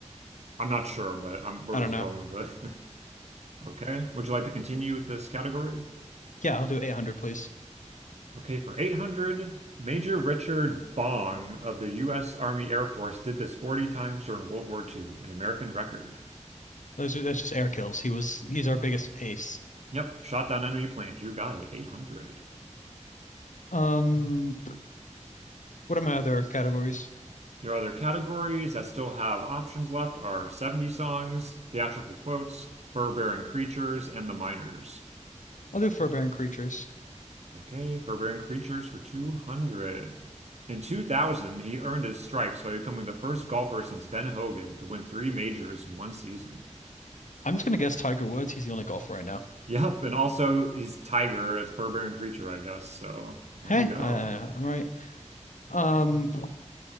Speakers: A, on the right; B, on the left.
A: I'm not sure, but I'm, we're
B: I don't
A: just
B: know.
A: going with it. <laughs> Okay. Would you like to continue with this category?
B: Yeah, I'll do 800, please.
A: Okay, for 800, Major Richard Bong of the U.S. Army Air Force did this 40 times during World War II, an American record.
B: Those are that's just air kills. He was he's our biggest ace.
A: Yep, shot down enemy planes. You got it. 800.
B: Um, what are my other categories?
A: Your other categories that still have options left are 70 songs, theatrical quotes, fur-bearing creatures, and the miners.
B: I'll do fur-bearing creatures.
A: Okay, Forbearing Creatures for 200. In 2000, he earned his stripes by becoming the first golfer since Ben Hogan to win three majors in one season.
B: I'm just gonna guess Tiger Woods. He's the only golfer right now.
A: Yep, and also he's Tiger as Forbearing Creature, I guess. So there
B: Hey,
A: you go.
B: I, I'm right. Um,